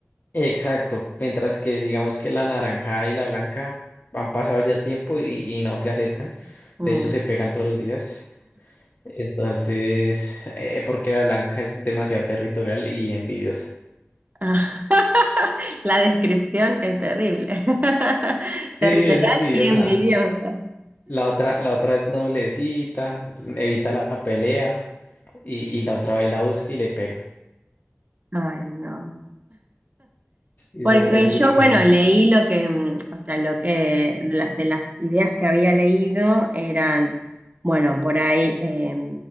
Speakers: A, on the left; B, on the right.
A: exacto, mientras que digamos que la naranja y la blanca han pasado ya tiempo y, y no se aceptan,
B: Mm.
A: de hecho se pegan todos los días, entonces, eh, porque la blanca es demasiado territorial y envidiosa.
B: Ah, <laughs> la descripción es terrible, <laughs> territorial
A: Sí, es envidiosa.
B: y envidiosa.
A: La otra, la otra es noblecita, evita la pelea y, y la otra va y la busca y le pega.
B: Ay, no.
A: Y
B: Porque
A: Eso es bulimia.
B: yo, bueno, leí lo que, mm, o sea, lo que de, la- de las ideas que había leído eran, bueno, por ahí, eh,